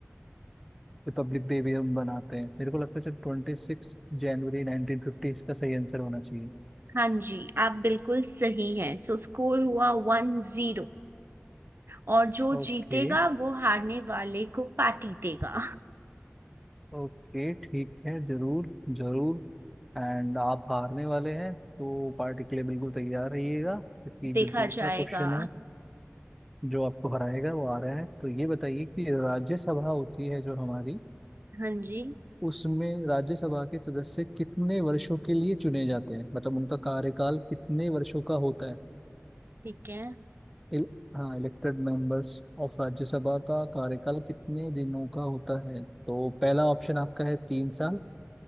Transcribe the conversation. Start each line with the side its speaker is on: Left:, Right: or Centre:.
Centre: रिपब्लिक डे भी हम बनाते हैं मेरे को लगता है twenty six January nineteen fifty इसका सही आंसर होना चाहिए
Right: हाँ जी आप बिल्कुल सही हैं सो स्कोर हुआ वन जीरो और जो
Centre: ओके
Right: जीतेगा वो हारने वाले को पार्टी देगा
Centre: ओके ठीक है जरूर जरूर एंड आप हारने वाले हैं तो पार्टी के लिए बिल्कुल तैयार रहिएगा क्योंकि
Right: <laughs> देखा
Centre: जो दूसरा
Right: जाएगा
Centre: क्वेश्चन है जो आपको हराएगा वो आ रहा है तो ये बताइए कि राज्यसभा होती है जो हमारी
Right: हाँ जी
Centre: उसमें राज्यसभा के सदस्य कितने वर्षों के लिए चुने जाते हैं मतलब उनका कार्यकाल कितने वर्षों का होता है
Right: ठीक है
Centre: इल, हाँ इलेक्टेड मेंबर्स ऑफ राज्यसभा का कार्यकाल कितने दिनों का होता है तो पहला ऑप्शन आपका है तीन साल